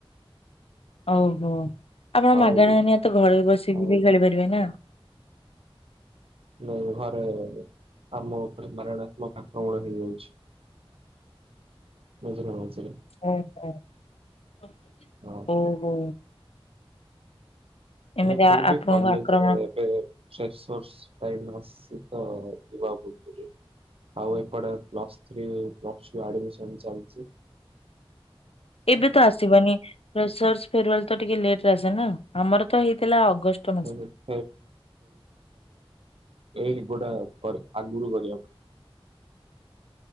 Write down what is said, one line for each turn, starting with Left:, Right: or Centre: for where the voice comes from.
Left: ଓହୋ ଆପଣ
Right: ଆଉ
Left: ମାଗଣା ନିଆ ତ ଘରେ ବସିକି
Right: ଆଉ
Left: ବି ଖେଳି ପାରିବେ ନା।
Right: ନାଇ ଘରେ ଆମ ଉପରେ ମାରଣାତ୍ମକ ଆକ୍ରମଣ ହେଇଯାଉଛି। ମଝିରେ ମଝିରେ।
Left: ହ ହ ହ
Right: ହଁ
Left: ଓ ହୋ। ଏମିତି
Right: ହୁଁ
Left: ଆ-
Right: ପୁଣି ବି
Left: ଆପଣଙ୍କୁ
Right: କଲେଜରେ
Left: ଆକ୍ରମଣ
Right: ଏବେ ଫ୍ରେସର୍ଷ ଅସି ତ ଯିବାକୁ ପଡୁଚି ଟିକେ ଆଉ ଏପଟେ ପ୍ଲସ୍ ଥ୍ରୀ ପ୍ଲସ ଟୁ ରୁ ଆଡମିଶନ ଚାଲଛି।
Left: ଏବେ ତ ଆସିବନି ଫିସର୍ଷ ଫେରୱାଲ ତ ଟିକେ ଲେଟ ଆସେ ନା ଆମର ତ ହେଇଥିଲା ଅଗଷ୍ଟ ମାସ
Right: <unintelligible> ଏ ଗୋଟା ଆଗରୁ କରିବାକୁ